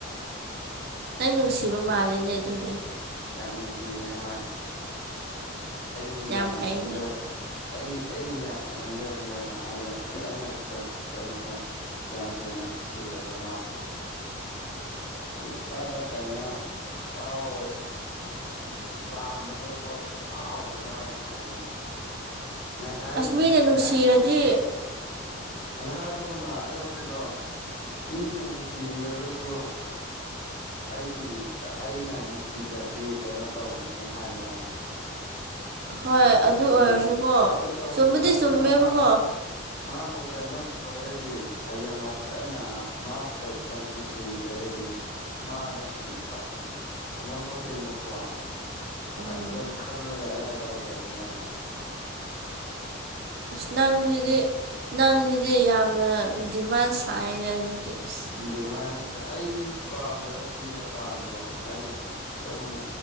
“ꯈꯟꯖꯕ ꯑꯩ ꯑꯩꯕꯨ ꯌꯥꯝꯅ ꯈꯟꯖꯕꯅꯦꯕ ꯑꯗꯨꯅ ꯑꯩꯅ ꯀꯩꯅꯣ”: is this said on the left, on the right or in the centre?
Left